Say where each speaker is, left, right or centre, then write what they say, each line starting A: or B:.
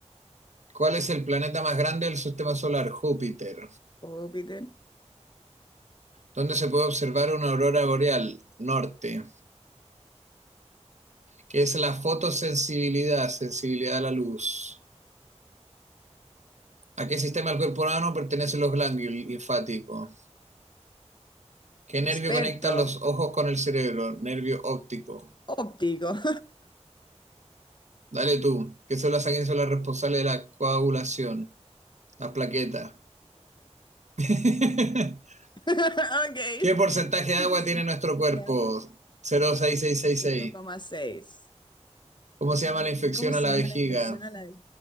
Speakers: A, on the right; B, on the left.
A: ¿Cuál es el planeta más grande del sistema solar? Júpiter.
B: <laughs> Júpiter.
A: ¿Dónde se puede observar una aurora boreal? Norte. ¿Qué es la fotosensibilidad? Sensibilidad a la luz. ¿A qué sistema del cuerpo humano pertenecen los ganglios linfáticos? ¿Qué nervio
B: Experto.
A: conecta los ojos con el cerebro? Nervio óptico.
B: Óptico. <laughs>
A: Dale tú. ¿Qué células sanguíneas son las responsables de la coagulación? Las plaquetas. <laughs>
B: Ok.
A: ¿Qué porcentaje de
B: ¿Qué
A: agua
B: porcentaje
A: tiene nuestro cuerpo?
B: de agua?
A: Cero coma seis seis seis
B: Cero
A: seis.
B: coma seis.
A: ¿Cómo se llama la infección
B: ¿Cómo se
A: a la
B: llama
A: vejiga?
B: la infección a la vez?